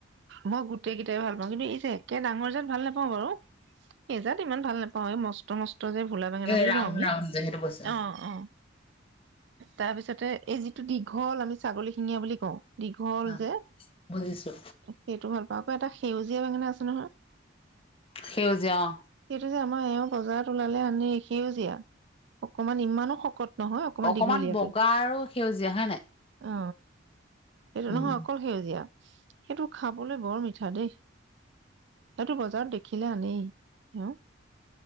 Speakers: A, on the right; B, on the left.
A: মই গোটেই কেইটাই ভাল পাওঁ কিন্তু এই যে একে ডাঙৰ যেন ভাল নাপাওঁ বাৰু। এইজাত ইমান ভাল নাপাওঁ এই মস <unintelligible> ভোলা বেঙেনা
B: এই
A: বুলি
B: ৰাউণ্ড
A: কওঁ আমি।
B: ৰাউণ্ড যে সেইটো কৈছে
A: অ, অ। তাৰপিছতে এই যিটো দীঘল আমি ছাগলী শিঙীয়া বুলি কওঁ। দীঘল
B: অ,
A: যে
B: বুজিছো।
A: সেইটো ভাল আকৌ এটা সেউজীয়া বেঙেনা আছে নহয়।
B: সেউজীয়া অ।
A: এই যে আমাৰ এওঁ বজাৰত ওলালে আনে এ সেউজীয়া, অকমান ইমানো শকত নহয়
B: অকমান
A: দীঘলীয়াকে
B: বগা আৰু সেউজীয়া হয় নাই।
A: অ সেইটো
B: উম
A: নহয় অকল সেউজীয়া। <unintelligible> সেইটো খাবলৈ বৰ মিঠা দেই। সেইটো বজাৰত দেখিলে আনেই, ন।